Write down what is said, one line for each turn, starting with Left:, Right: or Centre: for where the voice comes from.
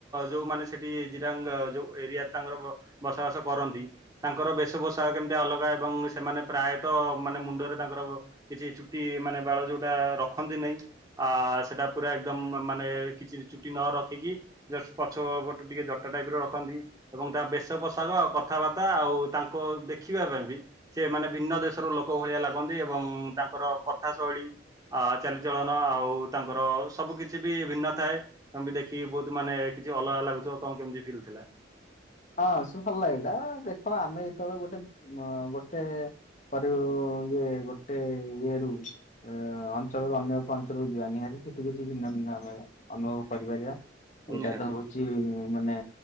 Right: ଯୋଉମାନେ ସେଠି ଜିରାଙ୍ଗ ଯୋ ଏରିଆରେ ତାଙ୍କର ବସବାସ କରନ୍ତି ତାଙ୍କର ବେଶଭୂଷା କେମିତି ଅଲଗା ଏବଂ ସେମାନେ ପ୍ରାୟତଃ ମାନେ ମୁଣ୍ଡ ରେ ତାଙ୍କର କିଛି ଚୁଟି ମାନେ ବାଳ ଯୋଉଟା ରଖନ୍ତି ନାାଇଁ ଆ ସେଟା ପୁରା ଏକଦମ ମାନେ କିଛି ଚୁଟି ନ ରଖିକି ପଛୁ ଟିକେ ଜଟା ଟାଇପ ର ରଖନ୍ତି ଏବଂ ତା ବ ଦେଶ ପୋଷାକ କଥାବାର୍ତ୍ତା ଆଉ ତାଙ୍କ ଦେଖିବା ପାଇଁ ବି ସେମାନେ ଭିନ୍ନ ଦେଶର ଲୋକ ଭଳିଆ ଲାଗନ୍ତି। ଏବଂ ତାଙ୍କର କଥା ଶୈଳୀ ଚାଲିଚଳନ ଆଉ ତାଙ୍କର ସବୁ କିଛି। କିଛି ବି ଭିନ୍ନ ଥାଏ ତମେ ବି ଦେଖିକି ବହୁତ ମାନେ କିଛି ଅଲଗା ଲାଗୁଥିବ। କଣ କେମତି ଫିଲ୍ ଥିଲା?
Left: ହଁ ସେ ଭଲ ଲାଗିଲା ଦେଖ ଆମେ ଯେତେବେଳେ ଗୋଟେ ଗୋଟେ ପରେ ଇଏ ଗୋଟେ ଇଏ ରୁ ଅଞ୍ଚଳରୁ ଅନ୍ୟ ଏକ ଅଞ୍ଚଳକୁ ଯିବା ନିହାତି ସେଠୀ କିଛି ଭିନ୍ନ ଭିନ୍ନ ଆମେ ପାଇବା। ଅନୁଭବ କରିପାରିବା ଏଇଟା
Right: ନିହାତି
Left: ତ ହଉଛି ମାନେ